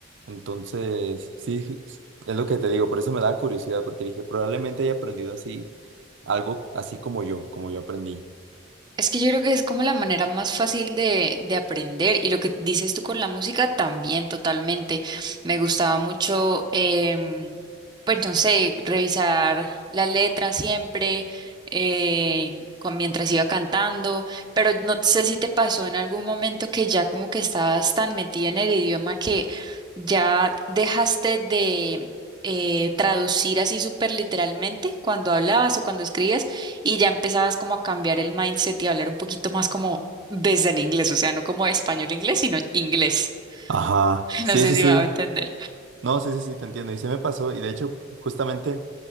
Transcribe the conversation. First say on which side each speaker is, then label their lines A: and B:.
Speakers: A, on the right; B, on the right.
A: entonces sí, sí, sí, es lo que te digo, por eso me da curiosidad, porque dije, probablemente haya aprendido así, algo así como yo, como yo aprendí.
B: Es que yo creo que es como la manera más fácil de, de aprender y lo que dices tú con la música también totalmente. Me gustaba mucho, em, pues no sé, revisar la letra siempre eh, con- mientras iba cantando, pero no sé si te pasó en algún momento que ya como que estabas tan metida en el idioma que ya dejaste de eh, traducir así súper literalmente cuando hablabas o cuando escribías y ya empezabas como a cambiar el mindset y a hablar un poquito más como desde el inglés, o sea, no como español-inglés, sino inglés.
A: Ajá,
B: <laughs>
A: sí,
B: No sé
A: sí,
B: si
A: sí.
B: me va a entender.
A: No, sí, sí, sí, te entiendo. Y se me pasó, y de hecho, justamente...